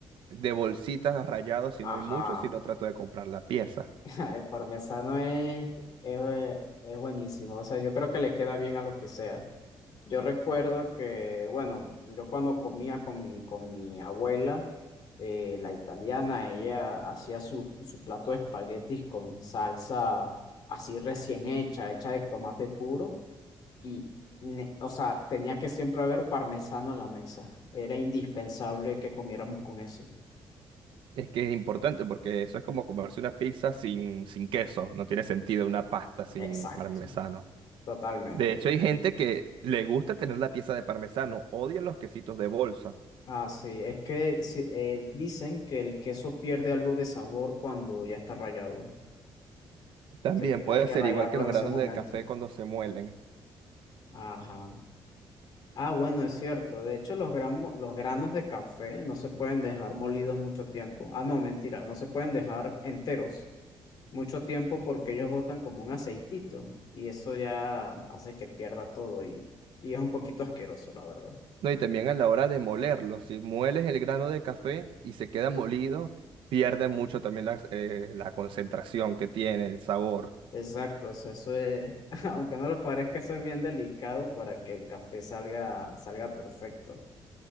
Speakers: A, on the right; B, on the left.
A: de bolsitas rallado si
B: Ajá.
A: no hay mucho, si no trato de comprar la pieza.
B: <laughs> El parmesano es, es, eh, es buenísimo. O sea, yo creo que le queda bien a lo que sea. Yo recuerdo que, bueno, yo cuando comía con mi, con mi abuela, eh, la italiana, ella hacía su, su plato de espaguetis con salsa así recién hecha, hecha de tomate puro. Y, ne- o sea, tenía que siempre haber parmesano en la mesa. Era indispensable que comiéramos con eso.
A: Es que es importante porque eso es como comerse una pizza sin, sin queso, no tiene sentido una pasta sin
B: Exacto,
A: parmesano.
B: totalmente.
A: De hecho, hay gente que le gusta tener la pieza de parmesano, odian los quesitos de bolsa.
B: Así, es que si- eh, dicen que el queso pierde algo de sabor cuando ya está rallado.
A: También
B: Así que
A: puede
B: hay que
A: ser
B: rallarlo
A: igual que los
B: en
A: granos
B: ese momento.
A: del café cuando se muelen.
B: Ajá. Ah, bueno, es cierto. De hecho, los gramos, los granos de café no se pueden dejar molidos mucho tiempo. Ah, no, mentira, no se pueden dejar enteros. mucho tiempo porque ellos botan como un aceitito y eso ya hace que pierda todo y, y es un poquito asqueroso, la verdad.
A: No, y también a la hora de molerlo, si mueles el grano de café y se queda molido, pierde mucho también las, eh, la concentración que tiene, el sabor.
B: Exacto, eso, eso es, <laughs> aunque no lo parezca, eso es bien delicado para que el café salga, salga perfecto.